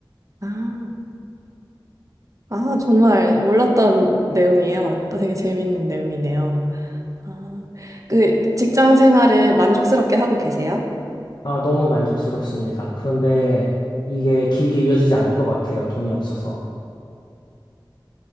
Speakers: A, on the right; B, on the left.
A: 아, 아, 정말 몰랐던 내용이에요. 또 되게 재밌는 내용이네요. 아, 그 직장 생활을 만족스럽게 하고 계세요?
B: 아, 너무 만족스럽습니다. 그런데 이게 길게 이어지지 않을 것 같아요. 돈이 없어서.